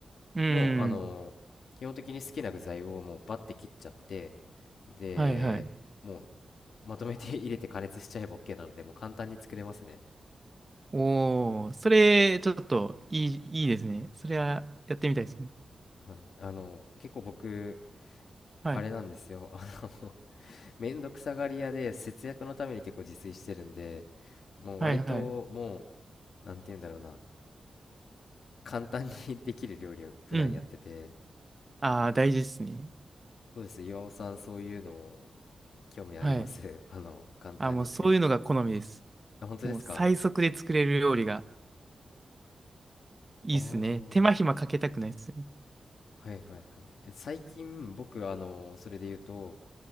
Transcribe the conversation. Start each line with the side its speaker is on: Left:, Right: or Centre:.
Right: うん、
Left: もう、あの、基本的に好きな具材をもうバッて切っちゃって、で、
Right: はい、はい。
Left: もう、まとめて <laughs> 入れて加熱しちゃえば OK なので、もう簡単に作れますね。
Right: おー、それ、ちょっと、いい、いいですね。それは、やってみたいですね。
Left: はい。あの、結構僕、
Right: はい
Left: あれなんですよ。<laughs> あの、<laughs> めんどくさがり屋で節約のために結構自炊してるんで、もう割とも
Right: はいはい。
Left: う、なんて言うんだろうな。簡単に <laughs> できる料理を普段やってて
Right: うん。ああ、大事ですね。
Left: どうです岩尾さんそういうの興味あります
Right: はい。
Left: <laughs> あの簡単に作れる
Right: あーもうそういうのが好みです。
Left: あ本当ですか
Right: もう最速で作れる料理がいいですね。
Left: ああー
Right: 手間暇かけたくないですね。
Left: はいはいはいえ最近僕あのそれで言うと